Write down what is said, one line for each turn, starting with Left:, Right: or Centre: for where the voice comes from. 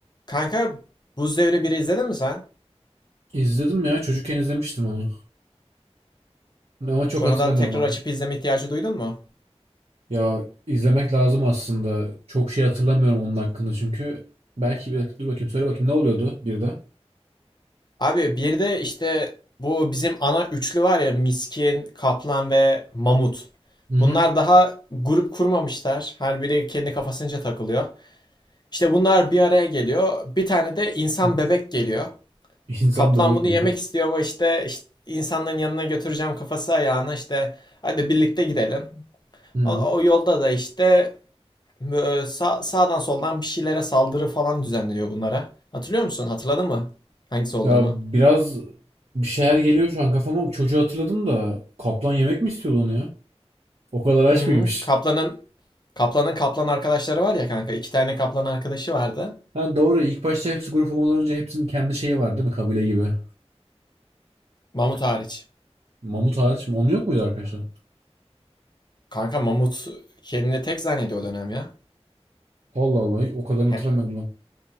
Left: Kanka Buz Devri biri izledin mi sen?
Right: İzledim ya. Çocukken izlemiştim onu. Ama çok
Left: Sonradan
Right: hatırlamıyorum
Left: tekrar
Right: oğlum.
Left: açıp izleme ihtiyacı duydun mu?
Right: Ya izlemek lazım aslında. Çok şey hatırlamıyorum onun hakkında çünkü. Belki bir dakika dur bakayım söyle bakayım ne oluyordu bir de?
Left: Abi bir de işte bu bizim ana üçlü var ya Miskin, Kaplan ve Mamut.
Right: Hı hı.
Left: Bunlar daha grup kurmamışlar. Her biri kendi kafasınca takılıyor. İşte bunlar bir araya geliyor. Bir tane de insan
Right: <laughs>
Left: bebek geliyor.
Right: İnsan
Left: Kaplan
Right: bebek
Left: bunu
Right: mi?
Left: yemek
Right: Hı.
Left: istiyor ama işte, işte insanların yanına götüreceğim kafası ayağına işte hadi birlikte gidelim.
Right: Hı.
Left: O, o yolda da işte Bö- Sağ, sağdan soldan bir şeylere saldırı falan düzenleniyor bunlara. Hatırlıyor musun? Hatırladın mı? Hangisi olduğunu?
Right: Ya biraz bir şeyler geliyor şu an kafama. Çocuğu hatırladım da kaplan yemek mi istiyordu onu ya? O kadar aç
Left: Hı,
Right: mıymış?
Left: Kaplan'ın Kaplan'ın kaplan arkadaşları var ya kanka. İki tane kaplan arkadaşı vardı.
Right: Ha doğru ilk başta hepsi grup olmadan önce hepsinin kendi şeyi var değil mi? Kabile gibi.
Left: Mamut hariç.
Right: Mamut hariç mi? Onun yok muydu arkadaşlar?
Left: Kanka mamut kendini tek zannediyor o dönem ya.
Right: Allah Allah o kadar
Left: He-
Right: hatırlamıyorum